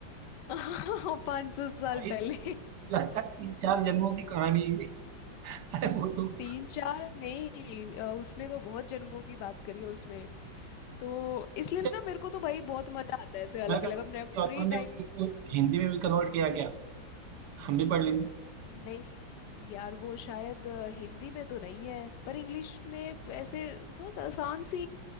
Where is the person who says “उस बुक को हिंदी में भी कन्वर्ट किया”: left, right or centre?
Right